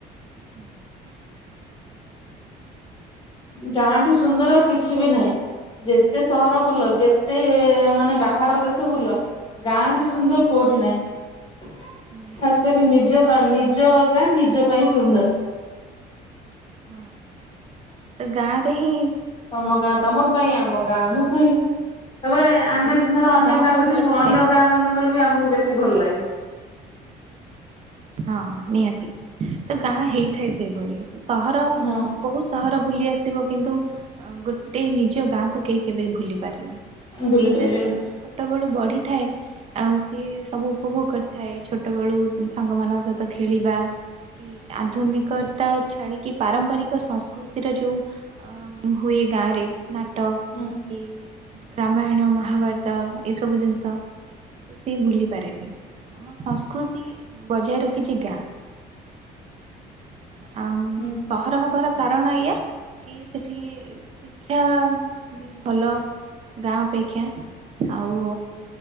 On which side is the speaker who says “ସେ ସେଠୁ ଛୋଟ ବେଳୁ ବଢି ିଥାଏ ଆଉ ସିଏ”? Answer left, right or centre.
Right